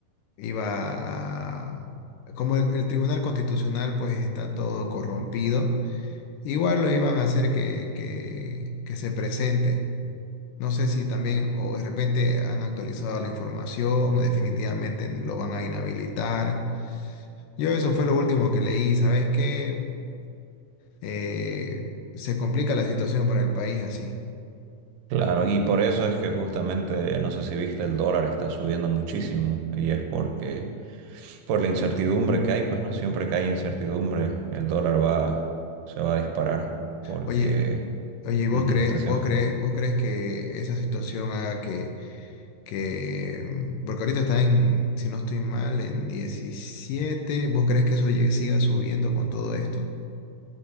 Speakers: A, on the left; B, on the right.
A: iba a... Como el, el Tribunal Constitucional pues está todo corrompido, igual lo iban a hacer que, que, que se presente. No sé si también o de repente han actualizado la información, definitivamente lo van a inhabilitar. Yo eso fue lo último que leí, ¿sabes qué? Eh, se complica la situación para el país así.
B: Claro, y por eso es que justamente, no sé si viste, el dólar está subiendo muchísimo y es porque por la incertidumbre que hay, pues no, siempre que hay incertidumbre, el dólar va, se va a disparar porque,
A: Oye, oye, ¿vos
B: ujú,
A: crees,
B: decime.
A: vos crees, vos crees que esa situación haga que que, porque ahorita está en, si no estoy mal, en diecisiete ¿Vos crees que eso llegue- siga subiendo con todo esto?